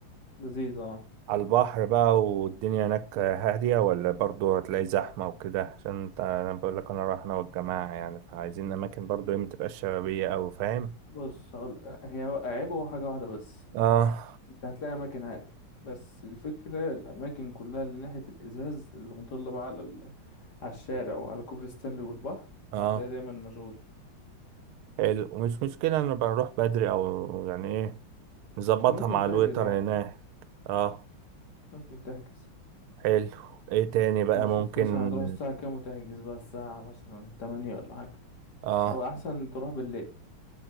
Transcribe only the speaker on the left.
لذيذ اه
بص هقول هي عيبه حاجة واحدة بس
هتلاقي أماكن عادي بس الفكرة الأماكن كلها اللي ناحية الإزاز اللي مطلة بقى على ال... على الشارع وعلى كوبري ستانلي والبحر
هتلاقي دايما مشغولة
وممكن
تحجز
عادي
ممكن تحجز
هشوف
مثلا هتروح الساعة كام وتحجز بقى الساعة مثلا تمانية ولا حاجة
هو أحسن تروح بالليل